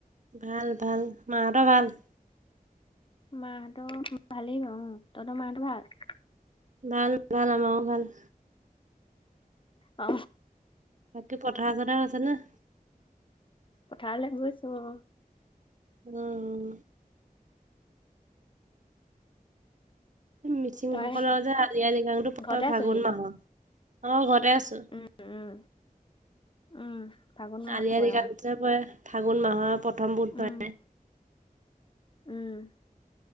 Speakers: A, on the right; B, on the left.
A: ভাল ভাল মাহঁতৰ ভাল
B: মাহঁতৰ ভালেই বাৰু উম তহঁতৰ মাহঁতৰ ভাল
A: ভাল ভাল আমাৰো ভাল
B: অ
A: বাকী পথাৰ চথাৰ আছে ন
B: পথাৰলৈ গৈছো অ
A: উম মিচিংসকলৰ
B: তই
A: যে আলি আই আলিয়া লৃগাং
B: ঘৰতে
A: ফাগুন
B: আছহি
A: মাহৰ অ ঘৰতে আছো
B: উম উম উম ফাগুন মাহত
A: আলি আই
B: পৰে
A: লৃগাং
B: অ
A: তাপা ফাগুণ মাহৰ প্ৰথম বুধবাৰে
B: উম উম